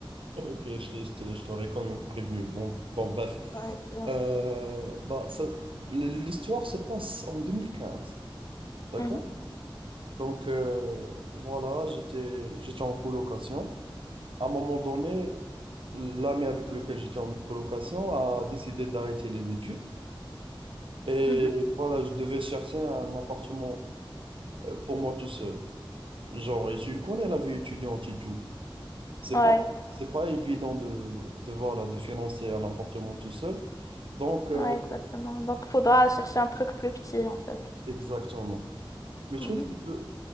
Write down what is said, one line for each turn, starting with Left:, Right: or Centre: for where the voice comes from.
Right: ok, je, je te- je t'aurais quand même prévenu. Bon, bon, bref.
Left: Ouais, c'est bon.
Right: Euh, bah, ça, l'histoire se passe en 2015, d'accord?
Left: Mhm,
Right: Donc, euh, voilà, j'étais, j'étais en colocation. à un moment donné, l'ami avec lequel j'étais en colocation a décidé d'arrêter les études. Et
Left: mhm.
Right: voilà, je devais chercher un appartement euh, pour moi tout seul. Genre, et tu connais la vie étudiante et tout. C'est
Left: Ouais,
Right: pas, c'est pas évident de, de, voilà, de financer un appartement tout seul. Donc, euh,
Left: ouais, exactement. Donc, faudra chercher un truc plus petit, en fait.
Right: exactement. Le truc,
Left: Mhm,
Right: c'est que